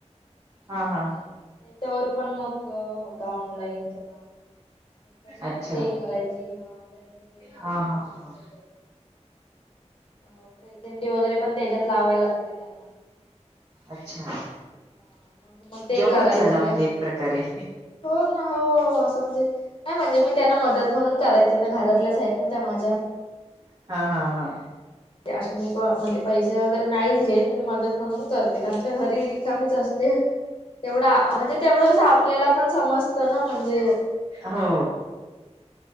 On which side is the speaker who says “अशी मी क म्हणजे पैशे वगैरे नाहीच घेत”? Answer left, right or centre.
Left